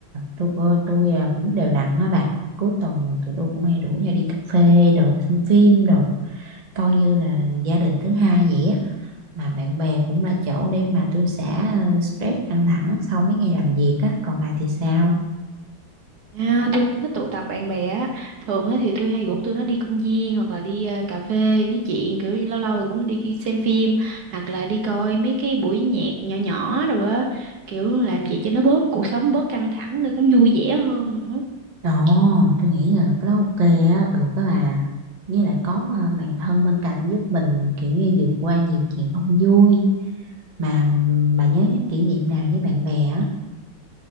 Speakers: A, on the right; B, on the right.
A: tôi cô- tôi à, cũng đều đặn á bà cuối tuần tụi tôi cũng hay rủ nhau đi cà phê đồ xem phim đồ coi như là gia đình thứ hai vậy á mà bạn bè cũng là chỗ để mà tôi xả ờ, stress căng thẳng sau mấy ngày làm việc á còn bà thì sao
B: À, tôi cũng thích tụ tập bạn bè á thường á thì tôi hay rủ tôi nó đi công viên hoặc là đi à, cà phê nói chuyện kiểu như lâu lâu thì cũng đi xem phim hoặc là đi coi mấy cái buổi nhạc nhỏ nhỏ rồi á kiểu làm vậy cho nó bớt cuộc sống bớt căng thẳng nó cũng vui vẻ hơn nữa
A: ồ tôi nghĩ là cái đó ok á được á bà với lại có ờ, bạn thân bên cạnh giúp mình kiểu như vượt qua nhiều chuyện không vui mà ừm, bà nhớ nhất kỷ niệm nào với bạn bè á